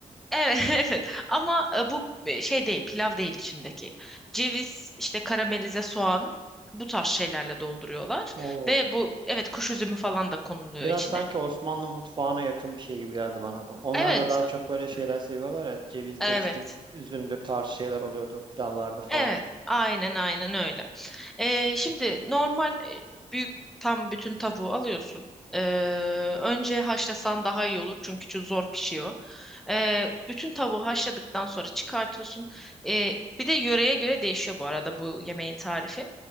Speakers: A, in the centre; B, on the right.
A: evet <laughs> evet ama e, bu e, şey değil pilav değil içindeki. Ceviz işte karamelize soğan bu tarz şeylerle dolduruyorlar
B: Oo.
A: ve bu evet kuş üzümü falan da konuluyor
B: Biraz
A: içine.
B: sanki Osmanlı mutfağına yakın bir şey gibi geldi bana bu. Onlar
A: Evet,
B: da daha çok böyle şeyler seviyorlar ya. Cevizdir
A: evet.
B: işte üzümdür tarzı şeyler oluyordu pilavlarda falan.
A: Evet, aynen aynen öyle. Ee, şimdi normal e, büyük tam bütün tavuğu alıyorsun. Ee, önce haşlasan daha iyi olur çünkü çok zor pişiyor. Ee, bütün tavuğu haşladıktan sonra çıkartıyorsun. Ee, bir de yöreye göre değişiyor bu arada bu yemeğin tarifi.